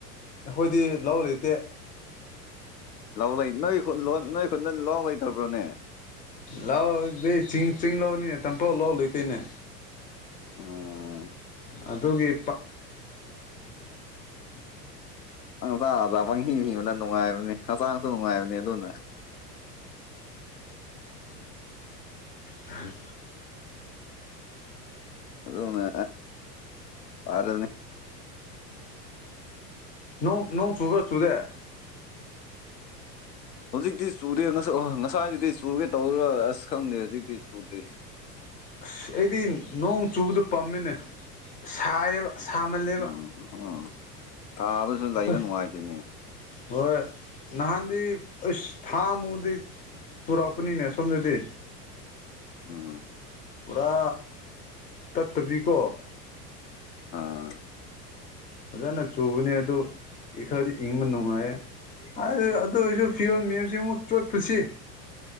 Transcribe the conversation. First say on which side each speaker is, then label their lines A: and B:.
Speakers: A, on the left (about 20°); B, on the left (about 80°).
A: ꯑꯩꯈꯣꯏꯗꯤ ꯂ ꯂꯩꯇꯦ
B: ꯂꯥꯎ ꯂꯩ ꯅꯣꯏ ꯅꯣꯏ ꯈꯨꯟꯗ ꯂꯥꯎ ꯂꯩꯇꯕ꯭ꯔꯣꯅꯦ
A: ꯂꯥꯛꯑꯣꯗꯤ ꯆꯤꯡ ꯆꯤꯡ ꯂꯥꯎꯅꯤꯅꯦ ꯇꯥꯟꯊꯣꯛ ꯂꯥꯛ ꯂꯩꯇꯣꯏꯅꯦ
B: ꯑ
A: ꯑꯗꯨꯗꯒꯤ
B: ꯑꯣꯕ ꯍꯤꯡ ꯍꯕꯂ ꯅꯨꯡꯉꯥꯏꯕꯅꯤ ꯍꯛꯆꯥꯡꯁꯨ ꯅꯨꯡꯉꯥꯏꯕꯅꯦ ꯑꯗꯨꯅ
A: ꯑ
B: ꯑꯣꯅ ꯑꯔꯅꯤꯅꯤ
A: ꯣꯡ ꯅꯣꯡ ꯆꯨꯕ꯭ꯔꯥ ꯆꯨꯨꯔꯦ
B: ꯍꯧꯖꯤꯛꯇꯤ ꯆꯗꯦ ꯉꯁꯥꯏꯗꯨꯗꯤ ꯆꯨꯔꯒꯦ ꯇꯧꯔꯥ ꯑꯁ ꯈꯪꯗꯦ ꯍꯧꯖꯤꯛꯇꯤ ꯆꯨꯗꯦ
A: ꯑꯁ ꯑꯩꯗꯤ ꯅꯣꯡ ꯆꯨꯕꯗ ꯄꯥꯝꯃꯤꯅꯦ ꯁꯥꯏꯌꯦꯕ ꯁꯥꯃꯜꯂꯦꯕ
B: ꯎꯝ ꯎꯝ ꯊꯥꯕꯁꯨ
A: ꯑꯩꯈꯣꯏ
B: ꯂꯩꯕ ꯅꯨꯡꯉꯥꯏꯇꯦꯅꯦ
A: ꯍꯣꯏ ꯅꯍꯥꯟꯗꯤ ꯑꯩ ꯊꯥꯃꯗꯤ ꯆꯨꯔꯥꯛꯄꯅꯤꯅꯦ ꯁꯣꯝꯗꯗꯤ
B: ꯎꯝ
A: ꯄꯨꯔꯥ ꯇꯠꯇꯕꯤꯀꯣ
B: ꯑꯥ
A: ꯐꯖꯅ ꯆꯨꯕꯅꯦ ꯑꯗꯨ ꯏ ꯈꯔꯗꯤ ꯏꯪꯕ ꯅꯨꯡꯉꯥꯏꯌꯦ ꯑꯗꯨ ꯑꯗꯨ ꯑꯣꯏꯔꯁꯨ ꯐꯤꯔꯣ ꯃꯦꯝꯁꯤ ꯑꯃꯨꯛ ꯆꯣꯠ ꯄꯨꯁꯤ